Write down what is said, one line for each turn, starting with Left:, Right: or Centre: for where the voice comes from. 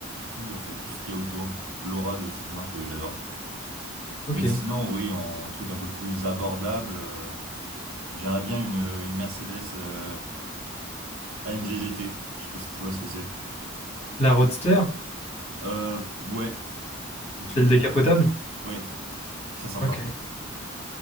Right: tout, en fait, tout ce qu'il y a autour. L'aura de cette marque, euh, j'adore.
Left: Ok.
Right: Mais sinon, oui, en truc un peu plus abordable, euh, j'aimerais bien une, une Mercedes euh, AMG GT. Je sais pas si tu vois ce que c'est.
Left: La Roadster?
Right: Euh, ouais, plus-
Left: Celle
Right: plutôt.
Left: décapotable?
Right: Ouais, très sympa.
Left: Ok.